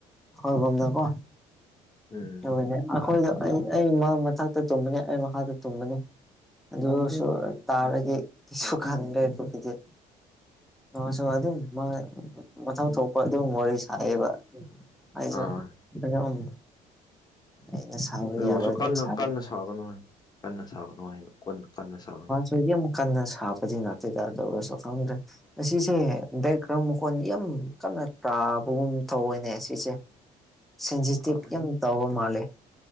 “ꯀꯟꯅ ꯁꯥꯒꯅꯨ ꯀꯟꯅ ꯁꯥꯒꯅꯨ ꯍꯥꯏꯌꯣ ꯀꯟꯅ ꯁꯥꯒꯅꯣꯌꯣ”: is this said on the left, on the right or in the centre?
Left